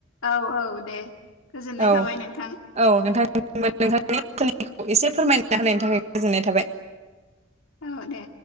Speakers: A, on the left (about 85°); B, on the right (about 30°).
A: औ औ दे गोजोननाय
B: औ
A: थाबाय नोंथां
B: औ नोंथां नोंथांनि <unintelligible> खौ एसे फोरमायना होनायनि थाखाय गोजोननाय थाबाय
A: औ दे